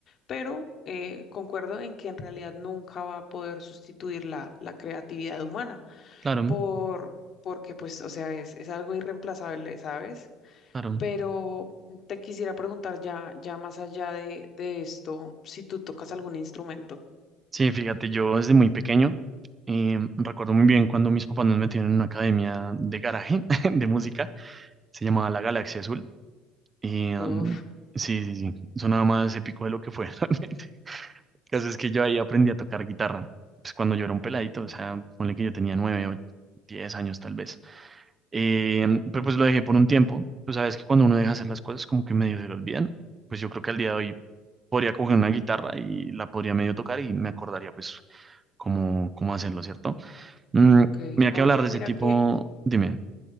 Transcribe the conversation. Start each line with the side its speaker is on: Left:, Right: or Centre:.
Left: pero eh, concuerdo en que en realidad nunca va a poder sustituir la, la creatividad humana
Right: claro,
Left: por... porque pues, o sea, es, es algo irreemplazable, ¿sabes?
Right: claro.
Left: Pero te quisiera preguntar ya, ya más allá de, de esto, si tú tocas algún instrumento.
Right: Sí, fíjate, yo desde muy pequeño eh, recuerdo muy bien cuando mis papás nos metieron en una academia de garaje <laughs> de música, se llamaba La Galaxia Azul. Y, um,
Left: Uf,
Right: sí, sí, sí, sonaba más épico de lo que fue <laughs> realmente. El caso es que yo ahí aprendí a tocar guitarra, pues cuando yo era un peladito,
Left: mm,
Right: o sea, ponle que yo tenía nueve o diez años tal vez. Eh,
Left: ok,
Right: pero pues lo dejé por un tiempo. Tú sabes que cuando uno deja hacer las cosas como que medio se lo olvidan. Pues yo creo que al día de hoy podría coger una guitarra y la podría medio tocar y me acordaría pues cómo, cómo hacerlo, ¿cierto? Mm,
Left: ok.
Right: mira
Left: Oye,
Right: que hablar de
Left: mira
Right: ese tipo,
Left: que,
Right: dime,